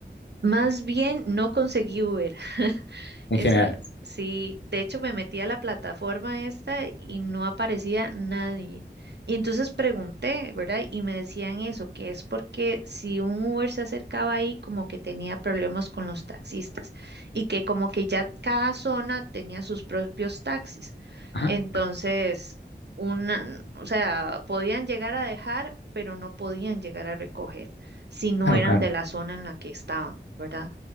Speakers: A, on the right; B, on the left.
A: Más bien no conseguí Uber.
B: en
A: Eso
B: general.
A: sí, de hecho me metí a la plataforma esta y no aparecía nadie. Y entonces pregunté, ¿verdad? Y me decían eso, que es porque si un Uber se acercaba ahí, como que tenía problemas con los taxistas y que como que ya cada zona tenía sus propios taxis.
B: Ajá,
A: Entonces, una, o sea, podían llegar a dejar, pero no podían llegar a recoger si no
B: claro,
A: eran
B: claro,
A: de la zona en la que estaban, ¿verdad?